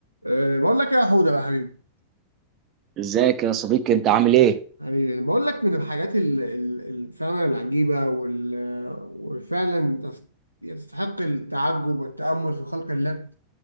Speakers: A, on the right; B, on the right.
A: أه، بقول لك إيه يا حوده بقى حبيبي
B: ازيك يا صديقي انت عامل ايه؟
A: حبيبي أنا بقول لك من الحاجات ال- ال- ال- فعلا العجيبه وال- وفعلا تس- يستحق التعجب والتامل في خلق الله